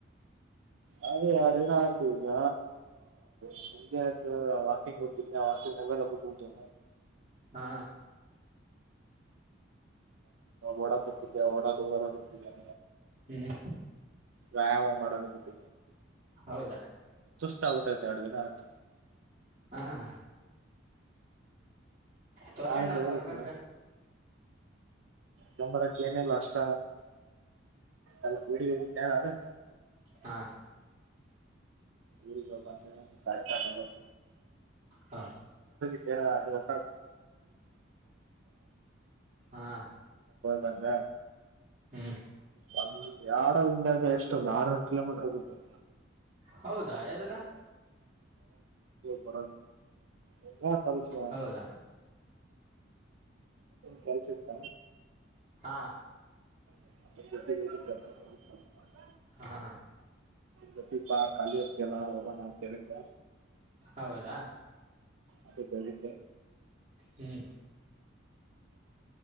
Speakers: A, on the right; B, on the right.
A: ಅದೇ ಎರಡು ದಿನ ಆಯತು ಇಲ್ಲ ಸಂಜೆ ಆತ ವಾಕಿಂಗ್ ಟ್ಟ ಕ ವತೋಗದಪ್ಪು ಟೂಟೆ
B: ಹಾ
A: ಓಡಾ ಹೋಗ್ತಿದ್ದ ಓಡ ಹೋಗ ಹೋಗತೋಗ
B: ಹ್ಮ್
A: ವ್ಯಾಯಾಮ ಮಾಡೋಲ್ಲ ಬಿಟ್ಟ
B: ಹೌದಾ
A: ತ ಹಬತೆ ಅಡ್ದಿನ ಆತ
B: ಹಾ ತೋರ್ಸೊಂಡಲ್ಲ
A: ನಾಳಿಂದ ಹೋಗಕ್ಕೆಿಲ್ಲ
B: ಬರ್ಬೇಕ
A: ಸಂಂಬರಕ್ಕೆ ಏನಿಲ್ಲ ಅಷ್ಟ ಅದ ಕೂಡಿ ಹೋಗಿದ್ದ ನಾನು
B: ಹಾ
A: ಊರಿ ಜಪ ಅಂದ್ರ ಸಾ ಸಾತ
B: ಹಾ
A: ಕ ಯ್
B: ಹಾ
A: ಬಂದ
B: ಹ್ಮ್
A: ಒ ಎಡದಿಂದಾಗ ಎಷ್ಟೊಂದು ಆರ್ನೂರು ಕಿಲೋಮೀಟರ್ ಹೋಗಿದ್ದೆ
B: ಹೌದಾ ಯ್ದಾಗ
A: ಬರ ಎಲ್ಲ ಕ
B: ಹೌದಾ
A: ಕೆಲ್ಸ ಇತ್ತ
B: ಹಾ
A: <inaudible>
B: ಹ್ಮ ಹಾ
A: ಗ ದೀಪಾ ಖಾಲಿ ಅತ್ತಲ್ಲ ಹೋಗೋಣ ಅಂತ ಹೇಳಿದ್ದ
B: ಹೌದಾ
A: ಅದೇ ಕೊಲಿಕ್ಕೆ
B: ಹ್ಮ್